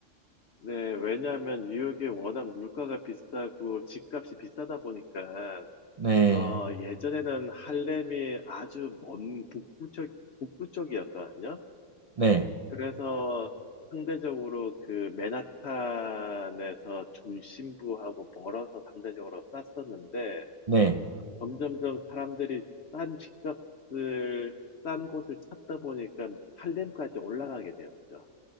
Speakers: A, on the left; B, on the right.
A: 네. 왜냐하면 뉴욕이 워낙 물가가 비싸고 집값이 비싸다 보니까
B: 네,
A: 어, 예전에는 할렘이 아주 먼 북부 쪽, 북부 쪽이었거든요.
B: 네,
A: 그래서 상대적으로 그 맨하탄에서 중심부하고 멀어서 상대적으로 쌌었는데
B: 네.
A: 점점점 사람들이 싼 집값을 싼 곳을 찾다 보니까 할렘까지 올라가게 되었죠.